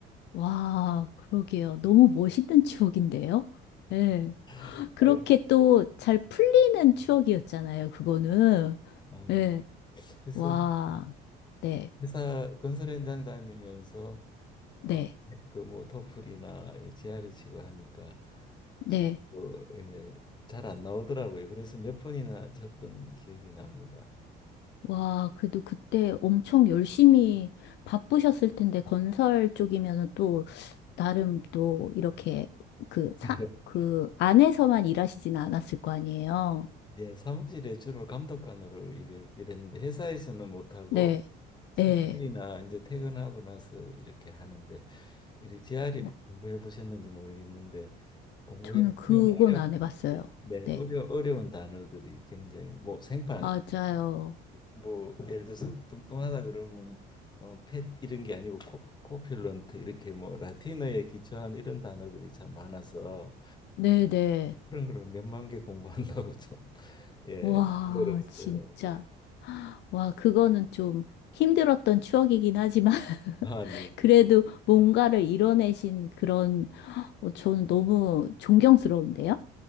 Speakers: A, on the left (about 70°); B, on the left (about 25°).
A: 와, 그러게요. 너무 멋있는 추억인데요? 예.
B: <laughs>
A: 그렇게
B: 아
A: 또 잘 풀리는 추억이었잖아요, 그거는.
B: 아,
A: 예.
B: 네. 그래서
A: 와, 네.
B: 회사 건설 현장 다니면서
A: 네.
B: 어, 그뭐 토플이나 이 g r 이 치고 하니까
A: 네.
B: 좀 어, 예, 잘 안 나오더라고요. 그래서 몇 번이나 쳤던 기억이 납니다.
A: 와, 그래도 그때 엄청 열심히 바쁘셨을 텐데, 건설 쪽이면은 또, 나름 또 이렇게 그 사,
B: <laughs>
A: 그 안에서만 일하시진 않았을 거 아니에요.
B: 예, 예, 사무실에 주로 감독관으로 일해, 일했는데 회사에서는 못하고
A: 네,
B: 새벽이나
A: 예.
B: 이제 퇴근하고 나서 이렇게 하는데 이리 g r 이
A: 어,
B: 공부해 보셨는지 모르겠는데 공부해
A: 저는
B: 보면
A: 그건
B: 어려
A: 안 해봤어요.
B: 네,
A: 네,
B: 어려 어려운 단어들이 굉장히 뭐 생판
A: 맞아요.
B: 뭐 예를 들어서 뚱뚱하다 그러면 뭐펫 이런 게 아니고 코, 코필런트 이렇게 뭐 라틴어에 기초한 이런 단어들이 참 많아서
A: 네네.
B: 그런 걸 몇만 개 공부한다고 좀 <laughs> 예,
A: 와,
B: 힘들었어요.
A: 진짜.
B: 예.
A: 와, 그거는 좀 힘들었던 추억이긴 하지만, <laughs>
B: 아, 네.
A: 그래도 뭔가를 이뤄내신 그런, 어, 저는 너무 존경스러운데요?